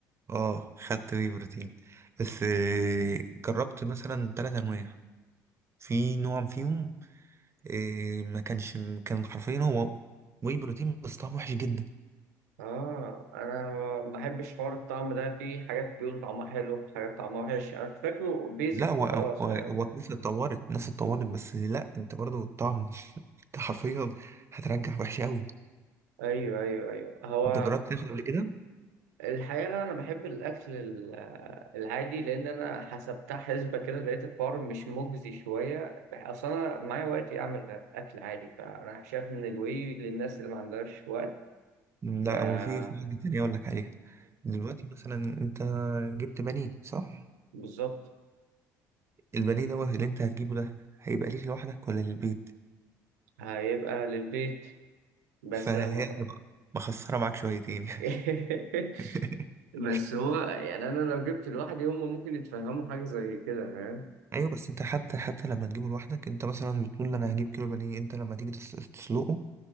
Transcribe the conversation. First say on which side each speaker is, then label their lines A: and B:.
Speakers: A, on the right; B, on the right.
A: اه خدت وي بروتين بس آه، جربت مثلا تلات انواع في نوع فيهم آه، ما كانش كان حرفيا هو وي بروتين بس طعمه وحش جدا
B: اه انا ما بحبش حوار الطعم ده في حاجات بيقول طعمها حلو حاجات طعمها وحش انا كنت فاكره بيزك
A: لا هو
B: وخلاص
A: هو
B: فاهم
A: هو الناس اتطورت الناس اتطورت بس لا انت برضو الطعم <laughs> انت حرفيا هترجع وحش قوي
B: ايوه ايوه ايوه هو
A: انت جربت تاخد قبل كده
B: الحقيقة لا أنا بحب الأكل ال- العادي لأن أنا حسبتها حسبة كده لقيت الحوار مش مجزي شوية أصل أنا معايا وقت أعمل أكل عادي فأنا شايف إن الواي للناس اللي ما عندهاش وقت
A: لا
B: فقول
A: وفي في حاجه تانية اقول لك عليها دلوقتي مثلا انت جبت بانيه صح
B: بالظبط
A: البانيه دوت اللي انت هتجيبه ده هيبقى ليك لوحدك ولا للبيت
B: هيبقى للبيت بس
A: فهي
B: لو
A: تبقى مخسرة معاك شويتين يعني
B: <laughs>
A: <laughs>
B: بس هو يعني أنا لو جبت لوحدي هما ممكن يتفهموا حاجة زي كده فاهم
A: ايوه بس انت حتى حتى لما تجيبه لوحدك انت مثلا بتقول انا هجيب كيلو بانيه انت لما تيجي تس- تسلقه